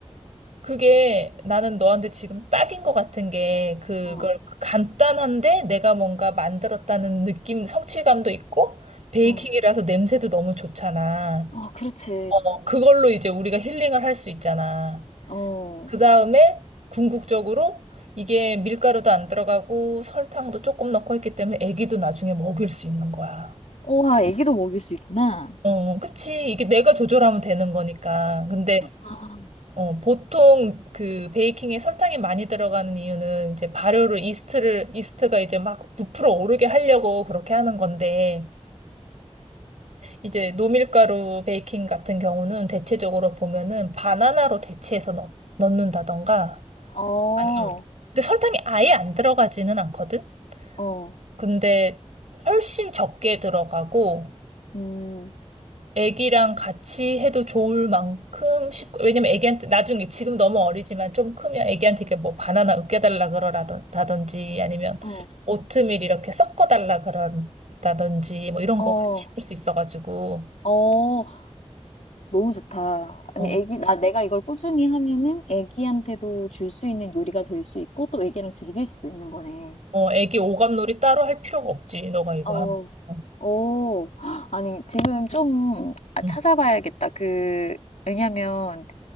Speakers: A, on the right (about 75°); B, on the left (about 80°).
A: 그게 나는 너한테 지금 딱인 것 같은 게 그걸
B: 어.
A: 간단한데 내가 뭔가 만들었다는 느낌, 성취감도 있고 베이킹이라서
B: 어.
A: 냄새도 너무 좋잖아.
B: 어, 그렇지.
A: 어, 그걸로 이제 우리가 힐링을 할 수 있잖아.
B: 어,
A: 그 다음에 궁극적으로 이게 밀가루도 안 들어가고 설탕도 조금 넣고 했기 때문에 애기도 나중에 먹일 수 있는 거야.
B: 우와, 애기도 먹일 수 있구나.
A: 어, 그치. 이게 내가 조절하면 되는 거니까. 근데
B: 아,
A: 어, 보통 그 베이킹에 설탕이 많이 들어가는 이유는 이제 발효를 이스트를 이스트가 이제 막 부풀어 오르게 하려고 그렇게 하는 건데 이제 노밀가루 베이킹 같은 경우는 대체적으로 보면은 바나나로 대체해서 넣, 넣는다던가
B: 어, 어,
A: 아니, 어. 근데 설탕이 아예 안 들어가지는 않거든?
B: 어,
A: 근데 훨씬 적게 들어가고,
B: 음,
A: 애기랑 같이 해도 좋을 만큼 쉽고, 왜냐면 애기한테, 나중에 지금 너무 어리지만 좀 크면 애기한테 이렇게 뭐 바나나 으깨달라 그러라든지, 아니면
B: 어.
A: 오트밀 이렇게 섞어달라 그런다든지, 뭐 이런
B: 어,
A: 거 같이 할 수 있어가지고,
B: 어. 너무 좋다. 아니,
A: 어,
B: 애기, 나 내가 이걸 꾸준히 하면은 애기한테도 줄 수 있는 요리가 될 수 있고 또 애기랑 즐길 수도 있는 거네.
A: 어, 애기 오감놀이 따로 할 필요가 없지, 너가 이거
B: 어,
A: 하면. 응.
B: 오, <gasps> 아니, 지금 좀 아,
A: 응.
B: 찾아봐야겠다. 그, 왜냐면